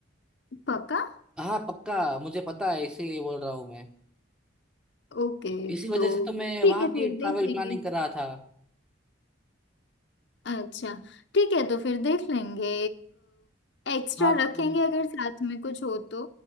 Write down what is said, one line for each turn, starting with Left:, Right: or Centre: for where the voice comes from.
Left: पक्का
Centre: हाँ पक्का मुझे पता है इसीलिए बोल रहा हूँ मैं
Left: ओके
Centre: इसी वजह
Left: तो
Centre: से तो मैं
Left: ठीक
Centre: वहाँ
Left: है
Centre: की
Left: फिर
Centre: ट्रैवल
Left: देख लेंगे
Centre: प्लानिंग कर रहा था
Left: अच्छा ठीक है तो फिर देख लेंगे एक्स्ट्रा
Centre: हाँ
Left: रखेंगे
Centre: तो
Left: अगर साथ में कुछ हो तो